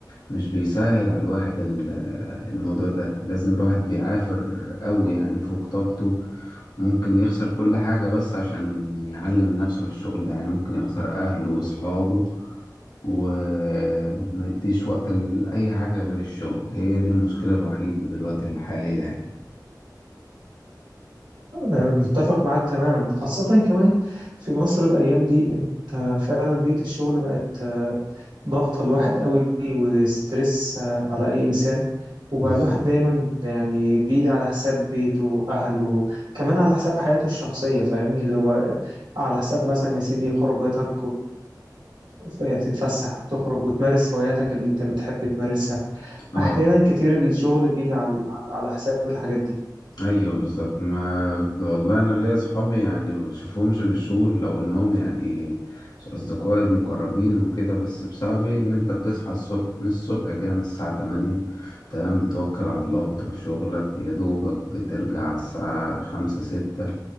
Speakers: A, on the left; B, on the right.
A: مش بيسهل على الواحد ال- الموضوع ده لازم الواحد بيعافر قوي يعني فوق طاقته ممكن يخسر كل حاجة بس عشان يعلم من نفسه في الشغل ده يعني ممكن يخسر أهله وأصحابه ومديش وقت لأي حاجة غير الشغل هي دي المشكلة الوحيدة دلوقتي الحالية يعني
B: متفق معاك تماما خاصة كمان في مصر الأيام دي أنت فعلا بيئة الشغل بقت آه، ضغطة الواحد قوي وستريس آه، على أي إنسان وبقى
A: بالظبط
B: الواحد دايما يعني بيجي على حساب بيته وأهله كمان على حساب حياته الشخصية فاهمني اللي هو على حساب مثلا يا سيدي خروجتك وتتفسح وتخرج وتمارس هواياتك اللي أنت بتحب تمارسها
A: اه
B: أحيانا كتير الشغل بيجي على على على حساب الحاجات دي
A: ايوه بالظبط ما والله انا ليا صحابي يعني ما بشوفهمش بالشهور لو انهم يعني اصدقائي المقربين وكده بس بسبب ايه ان انت بتصحى الصبح من الصبح كده من الساعة تمانية تمام بتوكل على الله بتروح شغلك يا دوبك بترجع على الساعة خمسة ستة